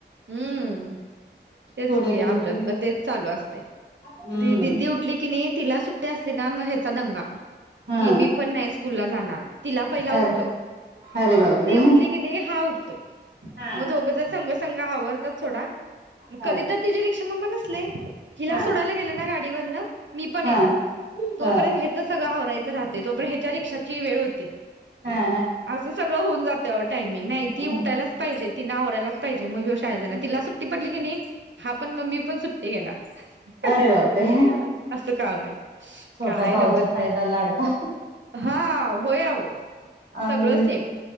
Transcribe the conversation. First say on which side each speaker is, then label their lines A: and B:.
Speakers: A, on the right; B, on the right.
A: हम्म तेच
B: थोडे
A: की
B: दिवस
A: आमच्यात
B: ते
A: पण तेच चालू असतय
B: हम्म
A: ती दिदी उठली की नाही तिला सुट्टी असली ना मग हेच नुसता दंगा
B: हा
A: की पण नाही स्कूलला जाणार तिला पहिला उठव,
B: अरे अरे बापरे
A: मग ती उठली किणी हा उठतोय
B: हा
A: मग दोघं जण संग स्कू संग आवरतात सोडा म
B: हा
A: कधीतर तिजी रिक क्षमामाण नसले हिला
B: हा
A: सोडायला गेलं ना गाडीवर ना मी पण
B: हा
A: येणार तोपर्यंत
B: हा
A: हेच सगळं आवरायचं राहते तोपर्यन्त ह्याच्या रिक्षाची वेळ होते
B: हा
A: असं सगळं होऊन जा तट टायमिंग नाही
B: हा
A: ती उठायलाच पाहिजेत. तिनं आवरायलाच पायजे मग ह्यो शाळे जाणार, तिला सुट्टी पडली किणी हा पण म मी पण सुट्टी घेणार,
B: अरे
A: ह्हाआ
B: बापरे
A: असं काम आय
B: छोटा
A: काय
B: भाऊचा
A: नव्हच
B: फायदा लाडका
A: हाव होय अवो
B: आणि
A: सगळं सेम